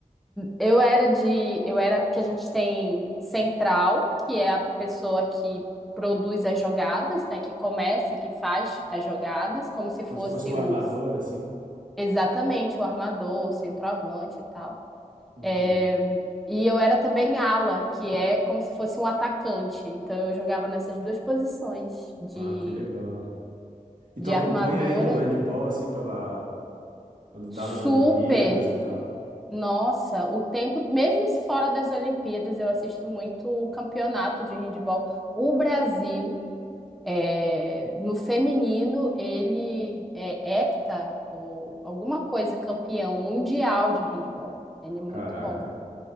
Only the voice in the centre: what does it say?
Eu era de, eu era que a gente tem central, que é a pessoa que produz as jogadas, né, que começa, que faz as jogadas, como se
fosse
os
exatamente o armador, o centroavante e tal.
É, e eu era também ala, que é como se fosse um atacante. Então eu jogava nessas duas posições de
de
armadora
e
super
Nossa, o tempo, mesmo fora das Olimpíadas, eu assisto muito o campeonato de handebol. O Brasil, é, no feminino, ele é hepta ou alguma coisa, campeão mundial de handebol. Ele é muito
bom.